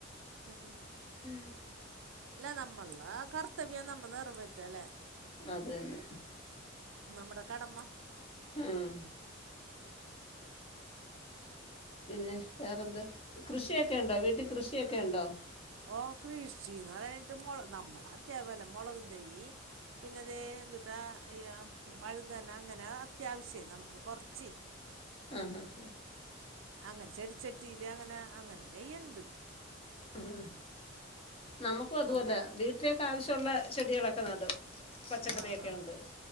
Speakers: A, on the right (about 70°); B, on the left (about 30°).
A: ഹ ഹാ.
B: ഉം.
A: പിന്നെ നമ്മള് കർത്തവ്യം നമ്മ നിറവേറ്റു അല്ലേ.
B: അത് തന്നെ
A: നമ്മുടെ കടമ്മ.
B: ഉം. പിന്നെ വേറെന്താ കൃഷിയൊക്കെയുണ്ടോ വീട്ടിൽ കൃഷിയൊക്കെ ഉണ്ടോ
A: ഓ കൃഷിന്ന് പറഞ്ഞിട്ട് മുള നമ്മുടെ അത്യാപകല്ലെ മുളകുംതൈ പിന്നെതെ എന്തുട്ടാ ഈ വഴുതന അങ്ങനെ അത്യാവശ്യ നമുക്ക് കൊറച്ച്
B: ആഹ് ഹ് ഹ്
A: അങ്ങനെ ചെടിച്ചട്ടിയില് അങ്ങനെ അങ്ങനെ ചെയ്യല്ണ്ട്
B: ഉം നമുക്കും അതുപോലെ
A: നമ്മുടെ
B: വീട്ട് വീട്ടിലേക്ക്‌ ആവശ്യള്ള ചെടികളൊക്കെ നടും പച്ചക്കറിയൊക്കെ
A: ആ ആ
B: ഉണ്ട്